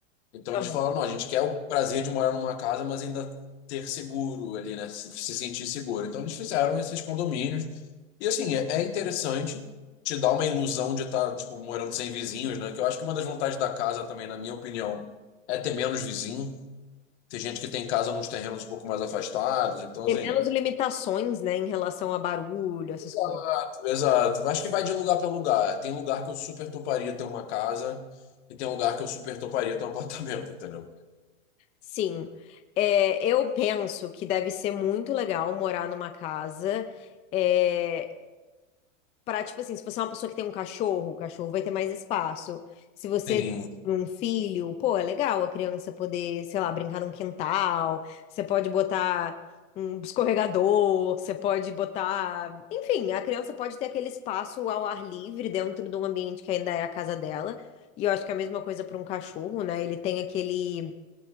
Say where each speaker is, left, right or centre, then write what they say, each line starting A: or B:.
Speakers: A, on the left; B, on the left.
A: Então
B: Aham.
A: eles falaram: não, a gente quer o prazer de morar numa casa, mas ainda ter seguro ali, né? Se, se sentir seguro. Então eles fizeram esses condomínios. E assim, é, é interessante. Te dá uma ilusão de estar, tipo, morando sem vizinhos, né? Que eu acho que uma das vantagens da casa também, na minha opinião, é ter menos vizinho. Tem gente que tem casa nos terrenos um pouco mais afastados, então
B: Tem
A: assim.
B: menos limitações, né, em relação a barulho, essas
A: Exato,
B: coisas.
A: exato. Acho que vai de lugar para lugar. Tem lugar que eu super toparia ter uma casa e tem lugar que eu super toparia ter um apartamento, entendeu?
B: Sim, É, eu penso que deve ser muito legal morar numa casa. eh, Pra, tipo assim, se você é uma pessoa que tem um cachorro, o cachorro vai ter mais espaço. Se você
A: Sim,
B: tem um filho, pô, é legal a criança poder, sei lá, brincar num quintal. Você pode botar um escorregador, você pode botar. Enfim, a criança pode ter aquele espaço ao ar livre dentro de um ambiente que ainda é a casa dela. E eu acho que é a mesma coisa para um cachorro, né? Ele tem aquele